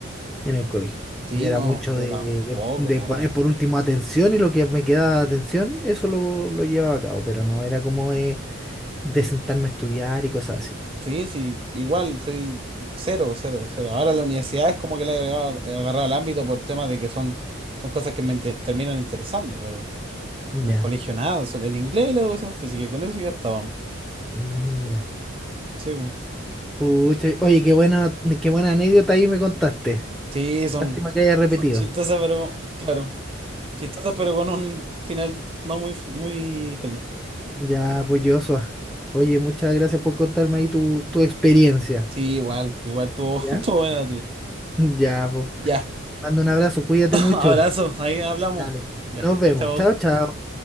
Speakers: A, in the centre; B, on the right.
A: en el colegio.
B: Sí,
A: Yo era
B: no,
A: mucho
B: yo
A: de,
B: tampoco,
A: de- de
B: nada.
A: poner por último atención y lo que me quedaba de atención, eso lo, lo llevaba a cabo, pero no era como de, de sentarme a estudiar y cosas así.
B: Sí, sí, igual, soy cero, cero, cero. Ahora la universidad es como que le he agarrado he agarrado el ámbito por temas de que son, son cosas que me inter- terminan interesando, pero
A: Ya,
B: en el colegio nada, son el inglés y la educación física, y con eso ya estábamos.
A: mira.
B: Sí, po.
A: Pucha, oye, qué buena, qué buena anécdota ahí me contaste.
B: sí, son,
A: Lástima que haya repetido.
B: son chistosas, pero claro, chistosas, pero con un final no muy, f- muy feliz.
A: Ya, pues Joshua. Oye, muchas gracias por contarme ahí tu, tu experiencia.
B: Sí, igual, igual, tuvo,
A: ¿Ya?
B: <laughs> tuvo buena la tuya.
A: <laughs> Ya, pues.
B: Ya,
A: Mando un abrazo, cuídate
B: <laughs>
A: mucho.
B: abrazo, ahí hablamos.
A: Dale.
B: Ya,
A: Nos vemos.
B: chao, chao.
A: Chao, chao.